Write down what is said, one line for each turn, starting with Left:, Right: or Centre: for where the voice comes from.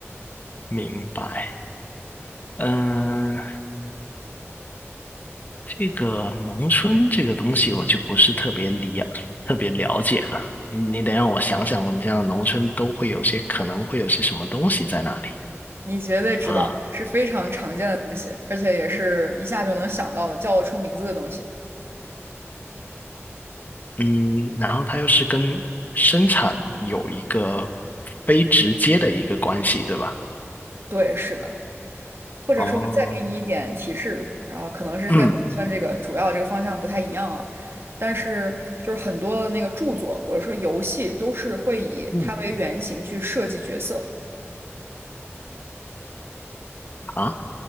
Left: 明白。嗯，这个农村这个东西我就不是特别理特别了解了。你你得让我想想，我们这样的农村都会有些可能会有些什么东西在那里
Right: 你绝对知道，
Left: 啊？
Right: 是非常常见的东西，而且也是一下就能想到的，叫得出名字的东西。
Left: 嗯，然后它又是跟生产有一个非直接的一个关系，对吧？
Right: 对，是的。或者说我再给你一点提示，
Left: 哦，
Right: 然后可能是跟打算这个主要这个方向不太一样啊，
Left: 嗯
Right: 但是就是很多的那个著作或者说游戏都是会以它为原型去设计角色。
Left: 嗯。啊，